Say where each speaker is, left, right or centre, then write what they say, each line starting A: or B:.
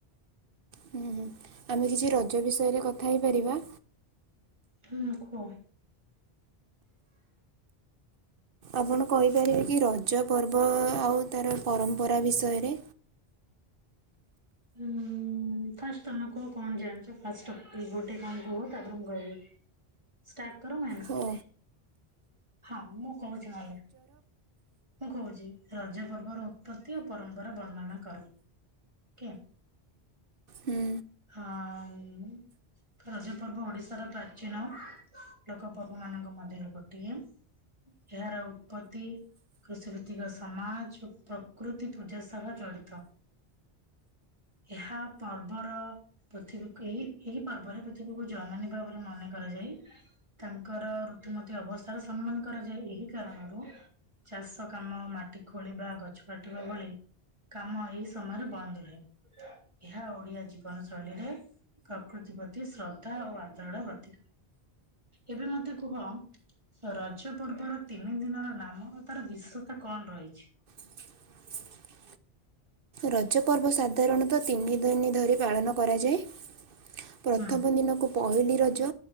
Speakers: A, on the right; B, on the right.
A: ହୁଁ ହୁଁ। ଆମେ କିଛି ରଜ ବିଷୟରେ କଥା ହେଇପାରିବା।
B: ହୁଁ କୁହ।
A: ଆପଣ କହିପାରିବେ କି ରଜ ପର୍ବ ଆଉ ତାର ପରମ୍ପରା ବିଷୟରେ?
B: ଉଁ-ଉଁ-ଉଁ ହୁଁ ଫାଷ୍ଟ ତମେ କୁହ କଣ ଜାଣିଛ ଫାଷ୍ଟ ଅଫ୍ ଗୋଟେ କଣ କୁହ ତାପରେ ମୁଁ କହିବି। ଷ୍ଟାର୍ଟ କର ମୁଁ ଆଡ୍
A: ହଁ
B: କରିବି। ହଁ ମୁଁ କହୁଛି ନହେଲେ, ମୁଁ କହୁଛି ରଜ ପର୍ବର ଉତ୍ପତ୍ତି ଓ ପରମ୍ <inaudible> ବର୍ଣନା କର ଓକେ।
A: ହୁଁ।
B: ହଁଅଅ ରଜ ପର୍ବ ଓଡିଶାର ପ୍ରାଚୀନ ଲୋକ ପର୍ବ ମାନଙ୍କ ମଧ୍ୟରୁ ଗୋଟିଏ। ଏହାର ଉତ୍ପତ୍ତି କୃଷି ଭିତ୍ତିକ ସମାଜ ଓ ପ୍ରକୃତି ପୂଜା ସହ ଜଡିତ। ଏହା ପର୍ବର ପୃଥିବୀକୁ ଏହି, ଏହି ପର୍ବରେ ପୃଥିବୀକୁ ଜନନୀ ଭାବରେ ମନେ କରାଯାଇ ତାଙ୍କର ଋତୁମତୀ ଅବସ୍ଥାର ସମ୍ମାନ କରାଯାଏ ଏହି କାରଣରୁ ଚାଷ କାମ, ମାଟି ଖୋଳିବା, ଗଛ କାଟିବା ଭଳି କାମ ଏଇ ସମୟରେ ବନ୍ଦ ରୁହେ, ଏହା ଓଡିଆ ଜୀ ଜୀବନ ଶୈଳୀରେ ପ୍ରକୃତି ପ୍ରତି ଶ୍ରଦ୍ଧା ଓ ଆଦରରେ ଗଠିତ। ଏବେ ମତେ କୁହ ରଜ ପର୍ବର ତିନି ଦିନର ନାମ ତାର ବିଶେଷତ୍ୱ କଣ ରହିଛି?
A: <inaudible> ରଜ ପର୍ବ ସାଧାରଣତଃ ତିନି ଦିନି ଧରି ପାଳନ କରାଯାଏ। ପ୍ରଥମ
B: ହୁଁ
A: ଦିନକୁ ପହିଲି ରଜ,